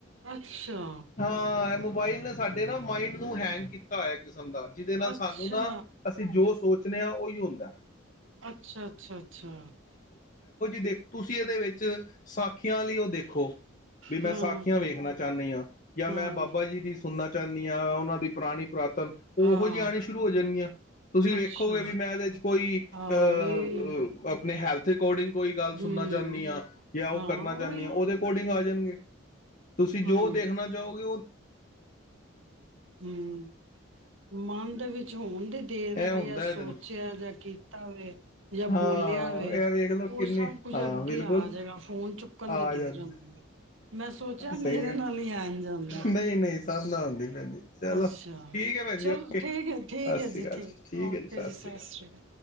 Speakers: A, on the right; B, on the left.
A: ਅੱਛਾ
B: ਹਾਂ ਮੋਬਾਈਲ ਨੇ ਸਾਡੇ ਨਾ ਮਾਇੰਡ ਨੂੰ ਹੈਂਗ ਕੀਤਾ ਹੋਇਆ ਕਿਸਮ ਜਿਹਦੇ ਨਾਲ
A: ਅੱਛਾ
B: ਸਾਨੂੰ ਨਾ ਅਸੀਂ ਜੋਸ਼ ਸੋਚਣ ਆਾ ਉਹੀ ਹੁੰਦਾ ਐ।
A: ਅੱਛਾ ਅੱਛਾ ਅੱਛਾ।
B: ਦੇਖੋ, ਤੁਸੀਂ ਇਹਦੇ ਵਿੱਚ ਸਾਖੀਆਂ ਲਈ ਉਹ ਦੇਖੋ। ਵੀ ਮੈਂ
A: ਹਾਂ
B: ਸਾਖੀਆਂ ਵੇਖਣਾ ਚਾਹਣੀ ਹਾਂ, ਜਾਂ
A: ਹਾਂ
B: ਮੈਂ ਬਾਬਾ ਜੀ ਦੀ ਸੁਣਨਾ ਚਾਹਣੀ ਹਾਂ। ਉਹਨਾਂ ਦੀ ਪੁਰਾਣੀ ਪੁਰਾਤਨ ਉਹੋ
A: ਹਾਂ
B: ਜਿਹੀਆ ਆਣੀਆ ਸ਼ੁਰੂ ਹੋ ਜਾਣਗੀਆਂ। ਤੁਸੀਂ ਵੇਖੋਗੇ
A: ਅੱਛਾ
B: ਵੀ ਮੈਂ ਇਹਦੇ ਚ ਕੋਈ
A: ਹਾਂ
B: ਅਹ
A: ਬਈ
B: ਆਪਣੇ ਹੈਲਥ ਰਿਕਾਰਡਿੰਗ ਕੋਈ ਗੱਲ ਸੁਣਨਾ
A: ਹੂੰ
B: ਚਾਹਣੀ ਹਾਂ। ਉਹ
A: ਹਾਂ
B: ਕਰਨਾ
A: ਉਹੀ
B: ਚਾਹਣੀ ਆ। ਉਹਦੇ ਅਕੋਡਿੰਗ ਆ ਜਾਣਗੇ। ਤੁਸੀਂ
A: ਹਾਂ
B: ਜੋ ਦੇਖਣਾ ਚਾਹੋਗੇ, ਉਹ
A: ਹੂੰ। ਮਨ ਦੇ ਵਿੱਚ ਹੋਣ ਦੇ ਦੇ ਰਹੇ
B: ਇਹ ਹੁੰਦਾ
A: ਬਈ। ਆ ਸੋਚਿਆ
B: ਇਹਦੇ ਨਾਲ
A: ਜਾਂ ਕੀਤਾ ਵਾ, ਜਾਂ
B: ਹਾਂ
A: ਬੋਲਿਆ ਵਾ,
B: ਇਹ ਵੇਖ ਲਓ ਕਿੰਨੀ
A: ਉਹ ਸਭ ਕੁੱਝ
B: ਹਾਂ
A: ਅੱਗੇ
B: ਬਿਲਕੁਲ
A: ਆ ਜਾਏਗਾ, ਫੋਨ ਚ ਚੁੱਕਣ
B: ਆ
A: ਦੀ
B: ਜਾਂਦਾ
A: ਦੇਰ ਹੀ, ਮੈਂ ਸੋਚਿਆ
B: ਸਹੀ
A: ਮੇਰੇ
B: ਗੱਲ
A: ਨਾਲ ਹੀ ਇੰਝ ਹੁੰਦਾ।
B: ਨਹੀਂ ਨਹੀਂ ਸਭ ਨਾਲ ਹੁੰਦੀ। ਭੈਣ ਜੀ ਚਲੋ
A: ਅੱਛਾ,
B: ਠੀਕ ਹੈ ਭੈਣ
A: ਚਲੋ
B: ਜੀ ਓਕੇ
A: ਠੀਕ ਹੈ,
B: ਸਤਿ
A: ਠੀਕ ਹੈ
B: ਸ੍ਰੀ
A: ਜੀ,
B: ਅਕਾਲ
A: ਠੀਕ, ਓਕੇ
B: ਹੈ
A: ਜੀ, ਸਤਿ
B: ਸ੍ਰੀ
A: ਸ਼੍ਰੀ ਅਕਾਲ।